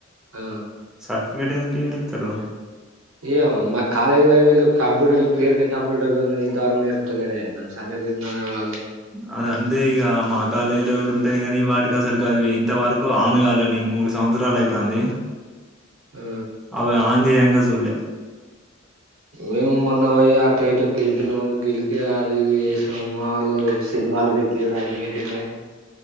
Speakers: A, on the right; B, in the centre.
A: ఆ
B: సర్టిఫికేట్ ఎందుకు ఇయ్యారు ఇత్తరు
A: ఏయ్య మా కాలజ్ల వీళ్ళు కంప్యూటర్ల పేర్క కంప్యూటర్ రు ఎంతవరకు నేర్పుతాలేరాయే దాని సంగతి ఏందో
B: అద అంతే ఈకగా మా కాలేజ్ లా కూడా ఉంటాయి కాని వాటికి అసలుకు అవి ఇంత వరకు ఆన్గాాలే నేను మూడు సంవత్సరాలు అయితంది
A: ఆ
B: అవిే ఆన్ చేయం గజూల్లె
A: మేము మొన్న పోయి ఆటు ఇటు గెలికిినం గెలికి అది ఏ సినిమాలో సినిమాలు పెట్టటిారు అవి పెట్టారు కాని